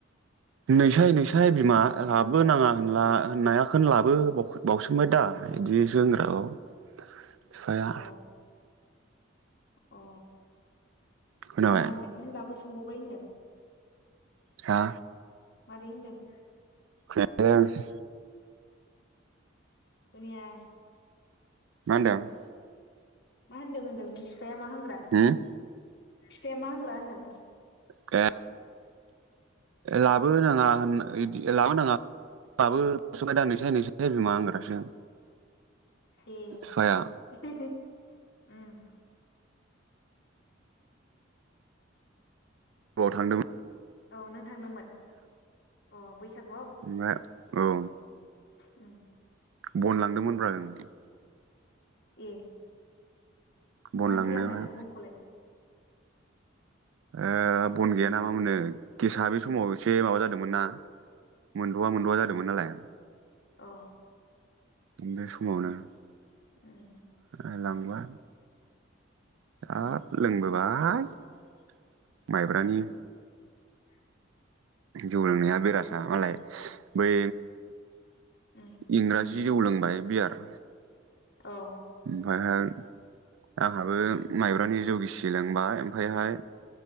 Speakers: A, on the right; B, on the left.
A: नोंसाय नोंसाय
B: ओमफ्राय
A: बिमा गाब लाबोनाङा होनला होननायाखोनो लाबो बाव बावउसोमबाय दा इदिसो होनग्राबाव साया
B: अ अ
A: खोनाबाय
B: नाङा होननायखौनो लाबो सो सोंबावबाय होनदों
A: हा
B: मारै होनदों
A: <unintelligible>
B: खोनाया
A: मा होनदों?
B: मा होनदों होनदों बे मा होनग्रा
A: होम
B: फिफाया मा होग्रा होनदों?
A: गा लाबो ना <unintelligible> लाबोनाङा लाबो <unintelligible>
B: ए
A: बिफाया
B: <unintelligible> ओम
A: गवा थांदोंमोन
B: औ नों थांदोंमोन? अ बैसागुआव?
A: ओमफ्राय औ
B: उम
A: बन लांदोंमोन ब्रा जों
B: ए
A: बन
B: मानोथो
A: लांनायावहाय
B: लांनायमोन बनखौलाय?
A: ओ बन गैयाना मा मोननो गेसआ बे समाव एसे माबा जादोंमोन ना मोनद'आ
B: अ
A: मोनद'आ जादोंमोन नालाय।
B: औ
A: बे समावनो ओ
B: उम
A: लांबा हाब
B: उम
A: लोंबोबा <unintelligible> माइब्रानि
B: उम उम
A: जौ लोंनाया बिरासा मालाय बै
B: उम
A: इंराजि जौ लोंबाय बियार
B: औ
A: ओमफायहाय आंहाबो माइब्रानि जौ गिसि लोंबाय ओमफायहाय